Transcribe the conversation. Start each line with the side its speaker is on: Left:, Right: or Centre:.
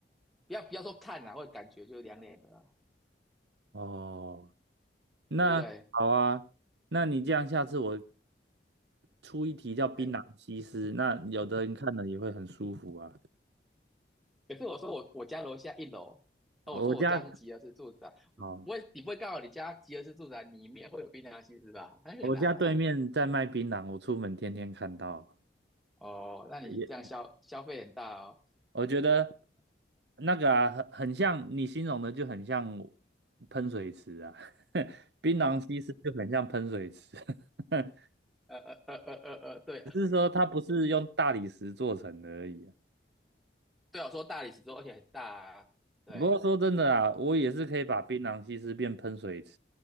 Centre: 不要不要说看啊，会感觉就凉凉的啊，
Right: 哦，那好啊，
Centre: 对不对？
Right: 那你这样下次我出一题叫槟榔西施，
Centre: 哎
Right: 那有的人看了也会很舒服啊。
Centre: 可是我说我我家楼下一楼，那我说我家是吉合式住宅，
Right: 我家哦，
Centre: 我也你不会告诉我你家吉合式住宅里面会有冰凉西施吧？那很难啊。
Right: 我家对面在卖槟榔，我出门天天看到，
Centre: 哦，那你这样消消费很大哦。
Right: 也也我觉得那个啊，很很像你形容的，就很像喷水池啊，<laughs> 槟榔西施就很像喷水池。<laughs>
Centre: 呃呃呃呃呃呃，对
Right: 只是说它不是用大理石做成的而已啊。
Centre: <laughs> 对啊，我说大理石桌，而且很大啊。对，
Right: 不过说真的啊，我也是可以把槟榔西施变喷水池，